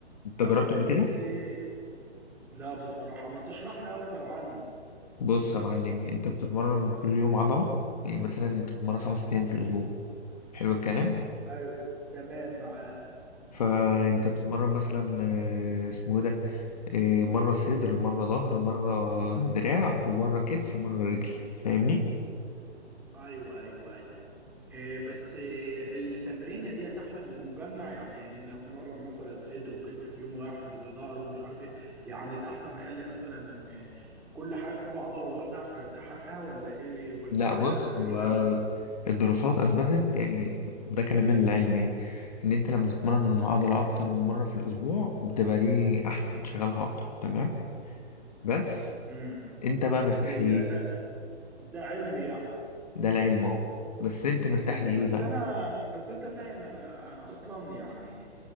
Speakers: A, on the left; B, in the centre.
A: انت جربته
B: ايوه
A: قبل
B: بس
A: كده
B: آه، لا بصراحة ما تشرح لي اكتر عنه
A: بص يا معلمي انت بتتمرن كل يوم عضله يعني مثلا انت بتتمرن خمس ايام في الاسبوع حلو الكلام
B: ايوه تمام معاك
A: فانت بتتمرن مثلا آه، اسمه إيه ده آه، مرة صدر مرة ظهر مرة دراع ومرة كتف ومرة رجل فاهمني
B: ايوه ايوه ايوه إيه بس إيه التمرينه دي احلى من المجمع يعني ان اتمرن مثلا صدر وكتف في يوم واحد وظهر ومش عارف ايه يعني الاحسن اخلي مثلا إيه، كل حاجه كل عضله لوحدها عشان اديها حقها ولا ايه ولا
A: لا
B: انت
A: بص
B: ايه
A: هو
B: رايك
A: الدراسات اثبتت يعني ده كلام العلم يعني ان انت لما تتمرن العضله اكتر من مره في الاسبوع بتبقى دي احسن بتشغلها اكتر تمام بس
B: امم
A: انت بقى
B: بس
A: مرتاح
B: إيه
A: ليه
B: ده ده ده علمي يعني
A: ده العلم اهو بس انت مرتاح
B: امم
A: ليه
B: بس
A: بقى
B: انا بس انت فاهم انا انا اصلا يعني